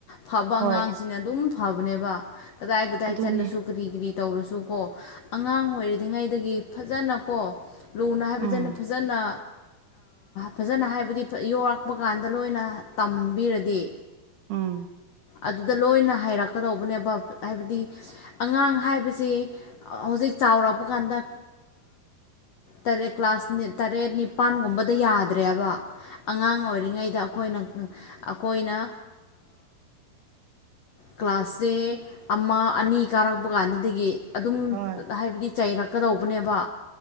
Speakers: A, on the left; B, on the right.
A: ꯐꯕ
B: ꯍꯣꯏ
A: ꯑꯉꯥꯡꯁꯤꯅ ꯑꯗꯨꯝ ꯐꯕꯅꯦꯕ ꯀꯗꯥꯏ ꯀꯗꯥꯏ
B: ꯑꯗꯨꯅꯦ
A: ꯆꯂ ꯁꯨꯒꯔꯤ ꯀꯔꯤ ꯇꯧꯔꯁꯨꯀꯣ ꯑꯉꯥꯡ ꯑꯣꯏꯔꯤꯔꯤꯉꯩꯗꯒꯤ ꯐꯖꯅꯀꯣ ꯂꯨꯅ ꯍꯥꯏꯕꯕꯁꯤꯅ
B: ꯎꯝ
A: ꯐꯖꯅ ꯐꯖꯅ ꯍꯥꯏꯕꯗꯤ ꯌꯂꯛꯄ ꯀꯥꯟꯗ ꯂꯣꯏꯅ ꯇꯝꯕꯤꯔꯗꯤ
B: ꯑꯝ
A: ꯑꯗꯨꯗ ꯂꯣꯏꯅ ꯍꯥꯏꯔꯛꯄ ꯂꯥꯛꯀꯗꯧꯕꯅꯦꯕ ꯍꯥꯏꯕꯗꯤ ꯑꯉꯥꯡ ꯍꯥꯏꯕꯕꯁꯤꯦ ꯍꯧꯖꯤꯛ ꯆꯥꯎꯔꯛꯄ ꯀꯥꯟꯗ ꯇꯔꯦꯠ ꯀ꯭ꯂꯥꯁ ꯇꯔꯦꯠ ꯅꯤꯄꯥꯥꯟꯒꯨꯝꯕꯗ ꯌꯥꯗ꯭ꯔꯦꯕ ꯑꯉꯥꯡ ꯑꯣꯏꯔꯤꯉꯩꯗ ꯑꯩꯈꯣꯏꯅ ꯑꯩꯈꯣꯏꯅ ꯀ꯭ꯂꯥꯁꯁꯦ ꯑꯃ ꯑꯅꯤ ꯀꯥꯔꯛꯄ ꯀꯥꯟꯗꯒꯤ ꯑꯗꯨꯝ
B: ꯍꯣꯏ
A: ꯍꯥꯏꯕꯗꯤ ꯆꯩꯔꯛ ꯀꯗꯧꯕꯅꯦꯕ